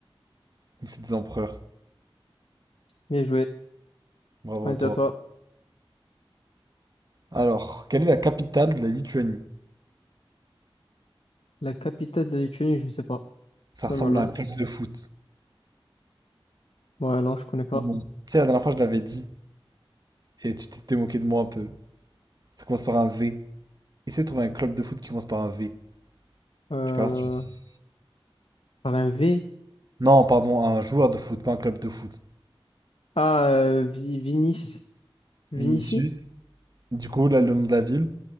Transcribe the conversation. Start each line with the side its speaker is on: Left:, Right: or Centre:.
Right: Donc c'est des empereurs.
Left: Bien joué.
Right: Bravo
Left: Vas-y,
Right: à toi.
Left: à toi.
Right: Alors, quelle est la capitale de la Lituanie?
Left: La capitale de la Lituanie, je sais pas.
Right: Ça
Left: C'est
Right: ressemble
Left: malin.
Right: à un club de foot.
Left: Ouais, non, je connais pas.
Right: Mais bon. Tu sais, la dernière fois, je l'avais dit et tu t'étais moqué de moi un peu. Ça commence par un V. Essaie de trouver un club de foot qui commence par un V.
Left: Euh...
Right: Tu verras si tu le trouves.
Left: Par un V.
Right: Non, pardon, un joueur de foot, pas un club de foot.
Left: Ah, euh, Vi- Vinis. Vinici?
Right: Vinicius. Du coup, là, le nom de la ville?